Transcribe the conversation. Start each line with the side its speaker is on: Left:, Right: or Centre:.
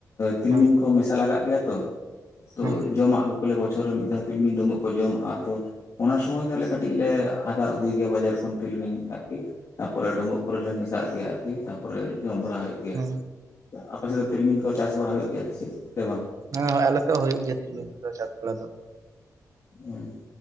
Left: ᱛᱤᱞᱢᱤᱧ
Right: ᱦᱮᱸ
Left: ᱠᱚ ᱢᱮᱥᱟ ᱞᱟᱜᱟᱜ ᱜᱮᱭᱟ ᱛᱚ <unintelligible> ᱛᱚ
Right: ᱦᱮᱸ ᱦᱮᱸ
Left: ᱡᱚᱢᱟᱜ ᱵᱚᱪᱷᱚᱨ ᱨᱮ ᱢᱤᱫ ᱫᱷᱟᱣ ᱛᱤᱞᱢᱤ ᱰᱩᱵᱩᱜ ᱠᱚ ᱡᱚᱢᱟᱜᱼᱟ ᱾ ᱛᱚ ᱚᱱᱟ ᱥᱚᱢᱚᱭ ᱫᱚ ᱟᱞᱮ ᱠᱟᱹᱴᱤᱡ ᱞᱮ ᱦᱟᱛᱟᱣ ᱟᱹᱜᱩᱭ ᱜᱮᱭᱟ ᱵᱟᱡᱟᱨ ᱠᱷᱚᱱ ᱛᱤᱞᱢᱤᱧ ᱟᱨᱠᱤ ᱛᱟᱨᱯᱚᱨ ᱰᱳᱢᱵᱚᱜ ᱠᱚᱨᱮ ᱞᱮ ᱢᱮᱥᱟᱜ ᱜᱮᱭᱟ ᱟᱨᱠᱤ ᱛᱟᱨᱯᱚᱨᱮ ᱡᱚᱢ ᱵᱟᱲᱟ ᱦᱩᱭᱩᱜ ᱜᱮᱭᱟ
Right: ᱚ
Left: <unintelligible> ᱟᱯᱮ ᱥᱮᱫ ᱫᱚ ᱛᱤᱞᱢᱤᱧ ᱠᱚ ᱪᱟᱥ ᱵᱟᱲᱟ ᱦᱩᱭᱩᱜ ᱜᱮᱭᱟ ᱪᱮᱫ ᱥᱮ ᱵᱟᱝ
Right: ᱦᱮᱸ ᱦᱳᱸᱭ ᱟᱞᱮ ᱥᱮᱫ ᱦᱩᱭᱩᱜ ᱜᱮᱭᱟ ᱛᱤᱞᱢᱤᱧ ᱠᱚ ᱪᱟᱥ ᱵᱟᱲᱟ ᱫᱚ ᱾
Left: ᱦᱮᱸ